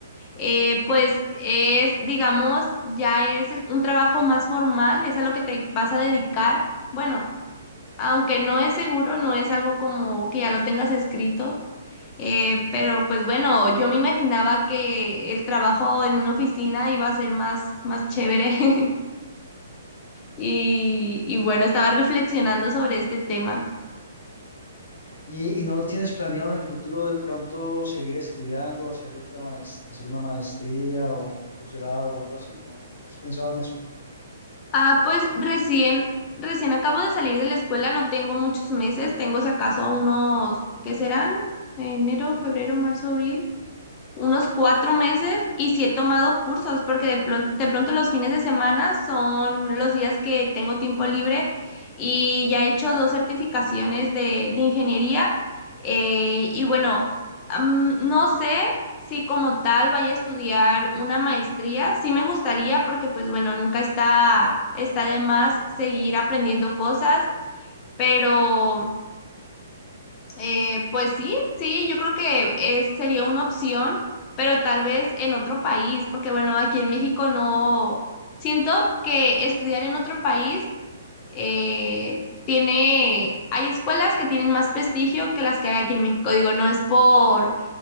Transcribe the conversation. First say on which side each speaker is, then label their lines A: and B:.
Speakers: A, on the left; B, on the left.
A: eh, pues es, digamos, ya es el- un trabajo más formal, es a lo que te vas a dedicar. Bueno, aunque no es seguro, no es algo como que ya lo tengas escrito, eh, pero pues bueno, yo me imaginaba que el trabajo en una oficina iba a ser más, más chévere <laughs> y, y bueno, estaba reflexionando sobre este tema.
B: Y, y no tienes planeado en el futuro de pronto seguir estudiando, hacer otra maes- hacer una maestría o un posgrado o algo así, ¿no? ¿No has pensado en eso?
A: Ah, pues recién, recién acabo de salir de la escuela, no tengo muchos meses, tengo si acaso unos, ¿qué serán? Enero, febrero, marzo, abril unos cuatro meses y sí he tomado cursos porque de, plon- de pronto los fines de semana son los días que tengo tiempo libre y ya he hecho dos certificaciones de, de ingeniería eh, y bueno, am, no sé si como tal vaya a estudiar una maestría, sí me gustaría porque pues bueno, nunca está, está de más seguir aprendiendo cosas, pero... Eh, pues sí, sí, yo creo que es, sería una opción, pero tal vez en otro país, porque bueno, aquí en México no, siento que estudiar en otro país eh, tiene, hay escuelas que tienen más prestigio que las que hay aquí en México. Digo, no es por